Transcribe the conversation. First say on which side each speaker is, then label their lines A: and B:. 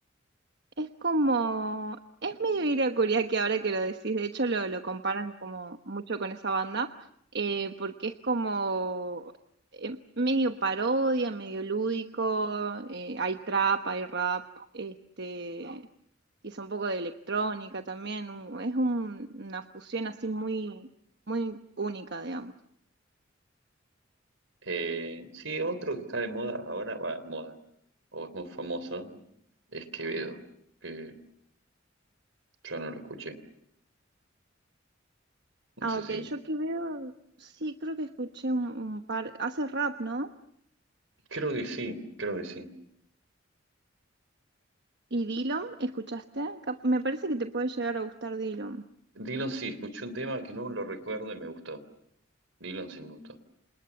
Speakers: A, on the right (about 60°); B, on the right (about 85°).
A: Es como, es medio Ira que ahora que lo decís, de hecho lo, lo comparan como mucho con esa banda, eh, porque es como eh, medio parodia, medio lúdico, eh, hay trap, hay rap, este, quizá un poco de electrónica también, un- es un- una fusión así muy, muy única, digamos.
B: Eh, sí, otro que está de moda ahora, va, moda, o es muy famoso, es Quevedo, que yo no lo escuché. No
A: Ah,
B: sé
A: ok,
B: si,
A: yo que veo, sí, creo que escuché un, un par, hace rap, ¿no?
B: creo que sí, creo que sí.
A: ¿Y Dillom? ¿Escuchaste? Cap- Me parece que te puede llegar a gustar Dillom.
B: Dylan sí, escuché un tema que no lo recuerdo y me gustó. Dylan sí me gustó.